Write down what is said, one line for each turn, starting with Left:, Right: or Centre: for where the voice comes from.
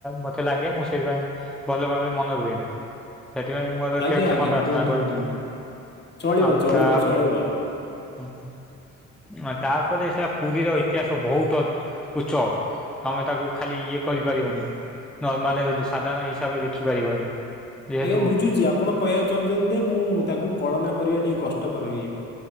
Centre: ମତେ ଲାଗେ। ମୁଁ ସେଥିପାଇଁ ଭଲ ଭାବରେ ମନେ ରୁହେନି। ସେଥିପାଇଁ ମୁଁ
Left: ଆଜ୍ଞା
Centre: କ୍ଷମା
Left: ଆଜ୍ଞା
Centre: ପ୍ରାର୍ଥନା
Left: କୁହନ୍ତୁ
Centre: କରୁଛି।
Left: କୁହନ୍ତୁ ଚଳିବ
Centre: ଆଉ
Left: ଚଳିବ
Centre: ତାପରେ
Left: ଚଳିବ
Centre: ହଁ ହଁ ତାପରେ ସେଟା ପୁରୀର ଇତିହାସ ବହୁତ ଉଚ୍ଚ। ତମେ ତାକୁ ଖାଲି ଇଏ କରିପାରିବନି। ନର୍ମାଲେ ସାଧାରଣ ହିସାବରେ ଦେଖିପାରିବନି। ଯେହେତୁ
Left: ଆଜ୍ଞା ବୁଝୁଛି ଆପଣ କହିବାକୁ ଚାହୁଁଛନ୍ତି ଯେ ମୁଁ ତାକୁ କଳନା କରିବା ଟିକେ କଷ୍ଟକର ହେଇଯିବ।